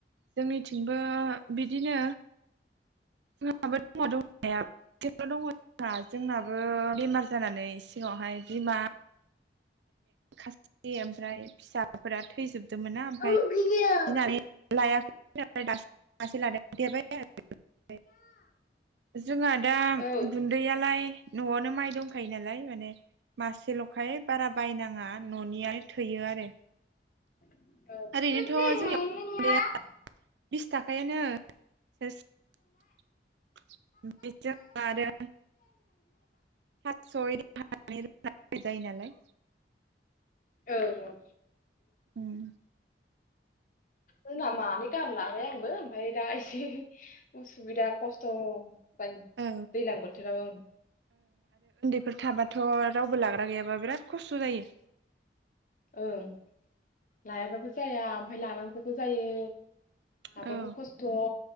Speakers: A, on the right (about 80°); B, on the left (about 45°).
A: जोंनिथिंबो बिदिनो जोंहाबो दङ थांनाया मासेल' दङ जोंहा जोंनाबो बेमार जानानै सिगांवहाय बिमा खासि ओमफ्राय फिसाफोरा थैजोब दों मोन्नाय ओमफ्राय
B: औ ओं
A: गिनानै लायाखै दासि मासे लादों देरबाय जोंहा दा
B: ओं
A: गुन्दैयालाय नआवनो माइ दंख खायो नालाय माने मासेल' <unintelligible> बारा बायनाङा ननियानो थोयो आरो।
B: औ
A: ओरैनोथ' जोंनियाव
B: <unintelligible>
A: गुन्दैया बिस थाखायानो <unintelligible> आरो पास सय <unintelligible> जायो नालाय।
B: ओं ओं।
A: उम।
B: जोंना मानै गाहाम लाबाय आंबो ओमफाय दा एसे उसुबिदा खस्थ जायो दैज्लां
A: औ
B: बोथोराव ओं।
A: फोर थाबाथ' रावबो लाग्रा गैयाबा बिराद खस्थ' जायो।
B: ओं लायाबाबो जाया ओमफ्राय लानांगौबो जायो। लाबाबो
A: औ
B: खस्थ'।